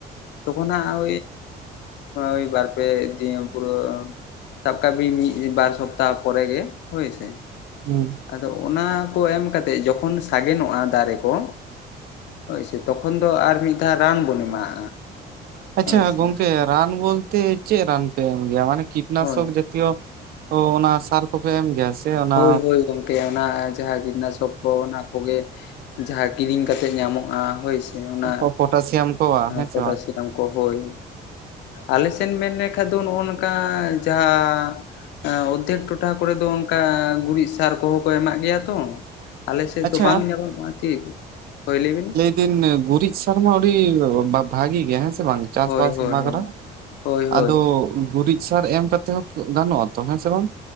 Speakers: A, on the left (about 80°); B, on the right (about 60°).
A: ᱛᱚᱠᱷᱚᱱ ᱦᱟᱸᱜ ᱚᱭ ᱵᱟᱨᱯᱮ ᱫᱤᱱ ᱯᱩᱨᱟᱹ ᱥᱟᱯ ᱠᱟᱜ ᱵᱤᱱ ᱢᱤᱫ ᱵᱟᱨ ᱥᱚᱯᱛᱟᱦᱟ ᱯᱚᱨᱮ ᱜᱮ ᱦᱳᱭ ᱥᱮ
B: ᱦᱩᱸ
A: ᱟᱫᱚ ᱚᱱᱟ ᱠᱚ ᱮᱢ ᱠᱟᱛᱮ ᱡᱚ ᱥᱟᱜᱮᱱᱚᱜᱼᱟ ᱫᱟᱨᱮ ᱠᱚ ᱦᱳᱭᱥᱮ ᱛᱚᱠᱷᱚᱱ ᱫᱚ ᱟᱨ ᱢᱤᱫ ᱫᱷᱟᱣ ᱨᱟᱱ ᱵᱚᱱ ᱮᱢᱟᱜᱼᱟ
B: ᱟᱪᱷᱟ
A: ᱦᱳᱭ ᱥᱮ
B: ᱜᱚᱢᱠᱮ ᱨᱟᱱ ᱵᱚᱞ ᱛᱮ ᱪᱮᱫ ᱨᱟᱱ ᱯᱮ ᱮᱢ ᱜᱮᱭᱟ ᱢᱟᱱᱮ ᱠᱤᱴᱱᱟᱥᱚᱠ
A: ᱦᱳᱭ
B: ᱡᱟᱛᱤᱭᱚ ᱚᱱᱟ ᱥᱟᱨ <unintelligible> ᱜᱮᱭᱟ ᱥᱮ ᱚᱱᱟ
A: ᱦᱳᱭ ᱦᱳᱭ ᱜᱚᱝᱠᱮ ᱚᱱᱟ ᱡᱟᱦᱟᱸ ᱠᱤᱴᱱᱟᱥᱚᱠ ᱠᱚ ᱚᱱᱟ ᱠᱚᱜᱮ ᱡᱟᱦᱟᱸ ᱠᱤᱨᱤᱧ ᱠᱟᱛᱮᱜ ᱧᱟᱢᱚᱜᱼᱟ ᱦᱳᱭᱥᱮ ᱚᱱᱟ
B: ᱯᱚᱴᱟᱥᱤᱭᱟᱢ ᱠᱚ ᱦᱮᱸ ᱥᱮ
A: ᱯᱚᱴᱟᱥᱤᱭᱟᱢ
B: ᱵᱟᱝ
A: ᱠᱚ ᱦᱳᱭ ᱟᱞᱮ ᱥᱮᱫ ᱢᱮᱱ ᱞᱮᱠᱷᱟᱱ ᱫᱚ ᱱᱚᱜᱼᱚ ᱱᱚᱝᱠᱟ ᱡᱟᱦᱟᱸ ᱦᱮᱸ ᱚᱨᱫᱷᱮᱠ ᱴᱚᱴᱷᱟ ᱠᱚᱨᱮ ᱫᱚ ᱚᱱᱠᱟ ᱜᱩᱨᱤᱡ ᱥᱟᱨ ᱠᱚᱦᱚᱸ ᱠᱚ ᱮᱢᱟᱜ ᱜᱮᱭᱟ ᱛᱚ ᱟᱞᱮᱥᱮᱫ
B: ᱟᱪᱪᱷᱟ
A: ᱫᱚ ᱵᱟᱝ ᱧᱮᱞᱚᱜᱼᱟ ᱠᱤ ᱦᱳᱭᱞᱟᱹᱭᱵᱤᱱ
B: ᱢᱤᱫ ᱫᱤᱱ ᱜᱩᱨᱤᱡ ᱥᱟᱨᱢᱟ ᱟᱹᱰᱤ ᱵᱷᱟᱜᱤ ᱜᱮᱭᱟ ᱦᱮᱸ ᱥᱮ ᱵᱟᱝ ᱪᱟᱥ
A: ᱦᱳᱭ
B: ᱵᱟᱥ
A: ᱦᱳᱭ
B: ᱮᱢᱟ
A: ᱦᱳᱭ
B: ᱠᱟᱱᱟ
A: ᱦᱳᱭ ᱦᱳᱭ
B: ᱟᱫᱚ ᱜᱩᱨᱤᱡ ᱥᱟᱨ ᱮᱢ ᱠᱟᱛᱮ ᱜᱟᱱᱚᱜ-ᱟ ᱛᱚ ᱦᱮᱸ ᱥᱮ ᱵᱟᱝ